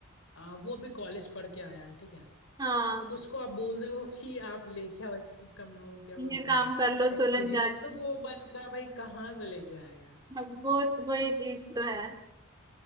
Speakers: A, on the left; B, on the right.
A: आ, वो भी कॉलेज पढ़ के आया है ठीक है
B: हाँ
A: अब उसको आप बोल दो <laughs> कि आप लेके आओ इस कम क्या
B: ये
A: बोलते
B: काम
A: हैं
B: कर लो
A: एक्सपीरियंस
B: तुरंत जाके
A: तो वो बंदा भाई कहाँ से लेके आएगा
B: अब वो वही चीज तो है